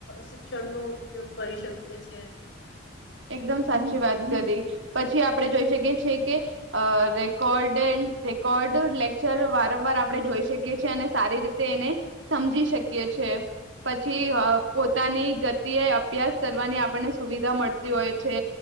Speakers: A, on the left; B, on the right.
A: શિક્ષણનુ ઉપયોગ કરી શકીએ છે.
B: એકદમ સાચી વાત કરી પછી આપણે જોઈ શકીએ છે કે રેકોર્ડ રેકોર્ડ લેક્ચર વારંવાર આપણે જોઈ શકીએ છીએ અને સારી રીતે એને સમજી શકીએ છે પછી અ પોતાની ગતિએ અભ્યાસ કરવાની આપણને સુવિધા મળ તી હોય છે